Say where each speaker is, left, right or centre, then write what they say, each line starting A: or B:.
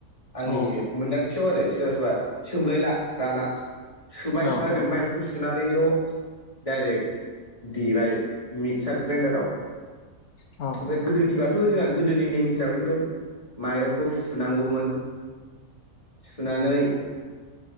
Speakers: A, on the left; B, on the left.
A: आंनि
B: औ
A: मोनदांथियाव आरो। सोरबा सोरबा सोमलायला दाना। सुबाय
B: औ
A: मा ओरैनो माइरंखौ सुनानै। बेल' डाइरेक्ट देबाय मिक्सार ग्रेइनडाराव
B: औ
A: ओमफ्राय गोदोनि बा थ' जोंहा गोदोनि नेम हिसाबैथ' माइरंखौ सुनांगौमोन सुनानै